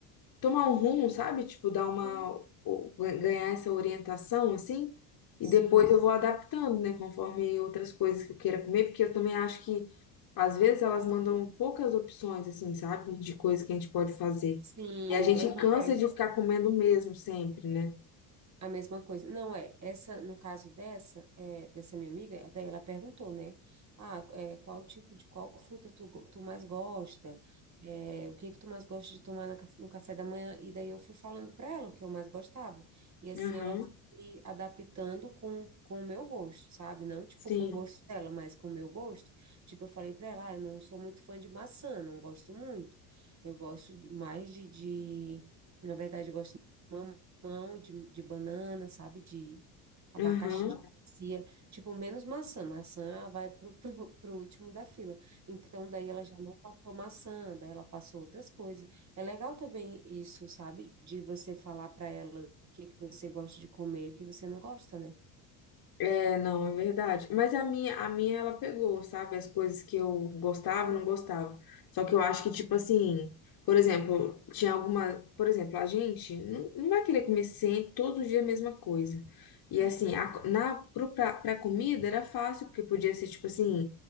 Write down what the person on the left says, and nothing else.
tomar um rumo, sabe? Tipo, dar uma,
o- ganhar essa orientação, assim, e
depois eu vou adaptando, né, conforme outras coisas que eu queira comer, porque eu também acho que, às vezes, elas mandam poucas opções, assim, sabe? De coisas que a gente pode fazer.
E a gente
cansa
de ficar comendo o mesmo sempre, né?
Aham,
sim.
Aham.
É, não, é verdade. Mas a minha, a minha ela pegou, sabe? As coisas que eu gostava,
não gostava. Só que eu acho que, tipo assim, por exemplo, tinha alguma. Por exemplo, a gente não, não vai querer comer sempre, todo dia a mesma coisa. E
assim, a, co- na, pro, pra, pra comida era fácil, porque podia ser, tipo assim,